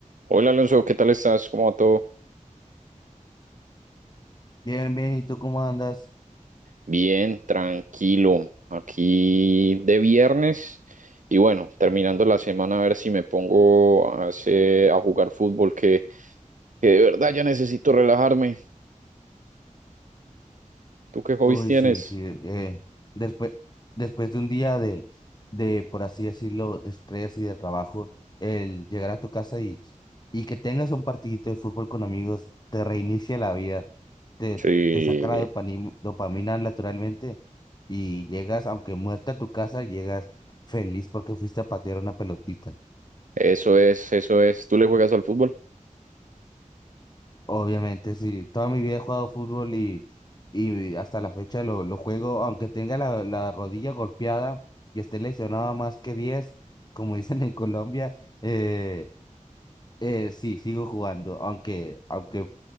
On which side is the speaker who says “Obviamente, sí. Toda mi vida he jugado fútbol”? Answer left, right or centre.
Left